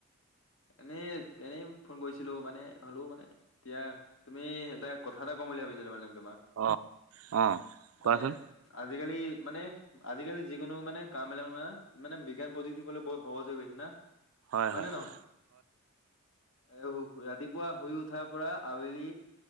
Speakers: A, on the left (about 70°); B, on the right (about 80°).
A: এনেই এনেই ফোন কৰিছিলো মানে হলো মানে এতিয়া তুমি এতিয়া কথা এটা ম বুলি ভাবিছিলো মানে তোমাক
B: অ অ
A: মানে
B: কোৱাচোন
A: আজিকালি মানে আজিকালি যিকোনো মানে কামবিলাকমানে বিজ্ঞান প্ৰযুক্তিৰ ফলত বহুত সহজ হৈ গৈছে না।
B: হয় হয়
A: নে নহয়?
B: হয়।
A: এ ৰাতিপুৱা শুই উঠাৰ পৰা আৱেলি